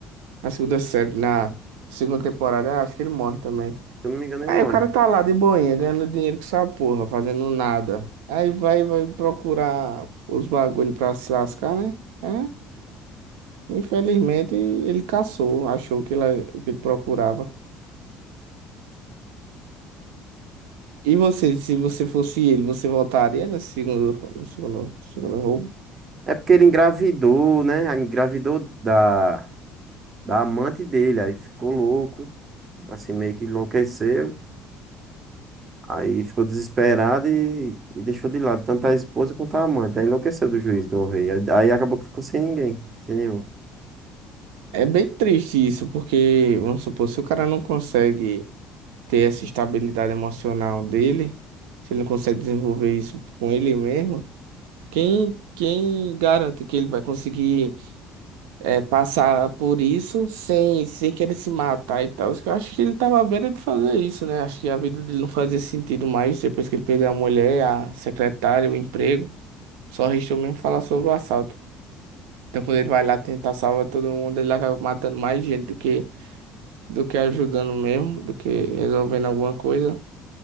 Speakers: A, on the right; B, on the right.
A: na segunda série, na segunda temporada, acho que ele morre também.
B: eu não me engano, ele
A: Aí
B: morre.
A: o cara tá lá de boinha, ganhando dinheiro com essa porra, fazendo nada. Aí vai, vai procurar os bagulho pra se lascar, né? É, infelizmente ele caçou, achou que ele, o que ele procurava. E você, se você fosse ele, você voltaria nesse segundo, no segundo, segundo roubo?
B: É porque ele engravidou, né? Engravidou da, da amante dele. Aí ficou louco. Assim, meio que enlouqueceu. Aí ficou desesperado e, e deixou de lado tanto a esposa quanto a amante. Aí enlouqueceu do juiz do rei. Aí aí acabou que ficou sem ninguém. Sem nenhum.
A: É bem triste isso, porque, vamos supor, se o cara não consegue ter essa estabilidade emocional dele, se ele não consegue desenvolver isso com ele mesmo, quem, quem garante que ele vai conseguir? é, passar por isso sem, sem querer se matar e tal. Eu acho que ele tava à beira de fazer isso, né? Acho que a vida dele não fazia sentido mais depois que ele perdeu a mulher, a secretária, o emprego. Só restou mesmo falar sobre o assalto. Então, quando ele vai lá tentar salvar todo mundo, ele acaba matando mais gente do que, do que ajudando mesmo, do que resolvendo alguma coisa.